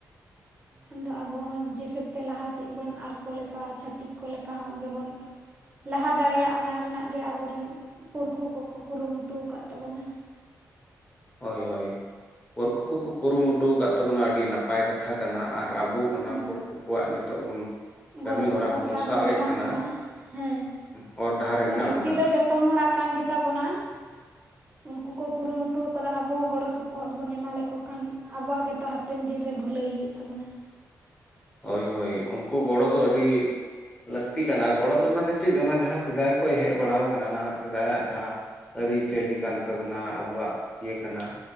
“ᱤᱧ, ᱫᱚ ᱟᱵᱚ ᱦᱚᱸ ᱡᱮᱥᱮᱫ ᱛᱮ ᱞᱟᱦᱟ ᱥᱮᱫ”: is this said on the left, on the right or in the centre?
Right